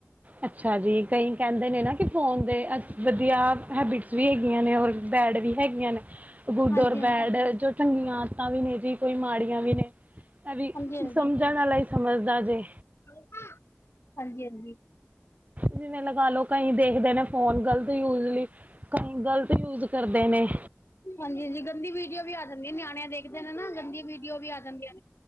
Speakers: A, on the right; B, on the left.
A: ਅੱਛਾ ਜੀ, ਕਈ ਕਹਿੰਦੇ ਨੇ ਨਾ ਕਿ ਫੋਨ ਦੇ ਆ। ਵਧੀਆ ਹੈਬਿਟਸ ਵੀ ਹੈਗੀਆਂ ਨੇ, ਔਰ ਬੈਡ ਵੀ ਹੈਗੀਆਂ ਨੇ। ਗੁੱਡ
B: ਹਾਂਜੀ
A: ਓਰ
B: ਹਾਂਜੀ
A: ਬੈਡ, ਜੋ ਚੰਗੀਆਂ ਆਦਤਾਂ ਵੀ ਨੇ ਜੀ, ਕੋਈ ਮਾੜੀ। ਵੀ ਨੇ ਇਹ ਵੀ
B: ਹਾਂਜੀ ਹਾਂਜੀ
A: ਸਮਝਣ ਵਾਲਾ ਹੀ ਸਮਝਦਾ ਜੇ
B: ਹਾਂ, ਹਾਂਜੀ, ਹਾਂਜੀ।
A: ਜਿਵੇਂ ਲਗਾ ਲਓ, ਕਈ ਦੇਖਦੇ ਨੇ, ਫੋਨ ਗ਼ਲਤ ਯੂਜ਼ ਲਈ ਕਈ ਗ਼ਲਤ ਯੂਜ਼ ਕਰਦੇ ਨੇ।
B: ਹਾਂਜੀ, ਹਾਂਜੀ। ਗੰਦੀ ਵੀਡੀਓ ਵੀ ਆ ਜਾਂਦੀਆਂ। ਨਿਆਣੇ ਦੇਖਦੇ ਨੇ ਨਾ, ਗੰਦੀ ਵੀਡੀਓ ਵੀ ਆ ਜਾਂਦੀਆਂ।